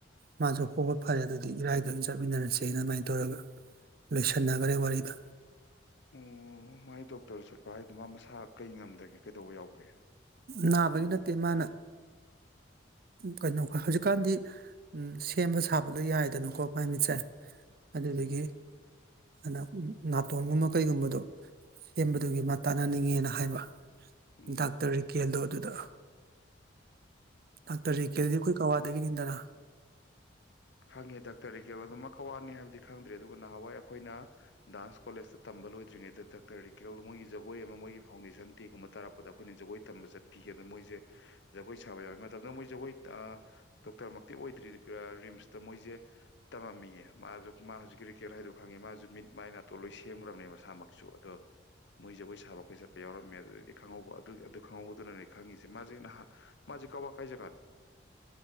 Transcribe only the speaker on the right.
ꯃꯥꯁꯨ ꯍꯣꯏ ꯍꯣꯢ ꯐꯔꯦ ꯑꯗꯨꯗꯤ ꯏꯔꯥꯏꯗ ꯑꯣꯢꯅ ꯆꯠꯃꯤꯟꯅꯔꯁꯦꯅ ꯑꯗꯨꯃꯥꯏꯅ ꯇꯧꯔꯒ ꯂꯣꯏꯁꯟꯅꯒꯔꯦ ꯋꯥꯔꯤꯗꯨ
ꯅꯥꯕꯒꯤ ꯅꯠꯇꯦ ꯃꯥꯅ ꯀꯩꯅꯣ ꯍꯧꯖꯤꯛꯀꯥꯟꯗꯤ ꯁꯦꯝꯕ ꯁꯥꯕꯗꯣ ꯌꯥꯏꯗꯅꯀꯣ ꯃꯥꯏ ꯃꯤꯠꯁꯦ ꯑꯗꯨꯗꯒꯤ
ꯑꯗꯨꯅ ꯅꯥꯇꯣꯟꯒꯨꯝꯕ ꯀꯩꯒꯨꯝꯕꯗꯣ ꯁꯦꯝꯕꯗꯨꯒꯤ ꯃꯥ ꯇꯥꯟꯅꯅꯤꯡꯉꯦꯅ ꯍꯥꯏꯕ
ꯗꯥꯛꯇꯔ ꯔꯤꯀꯦꯜꯗꯣ ꯑꯗꯨꯗ ꯗꯥꯛꯇꯔ ꯔꯤꯀꯦꯜꯗꯤ ꯑꯩꯈꯣꯏ ꯀꯛꯋꯥꯗꯒꯤꯅꯤꯅꯗꯅ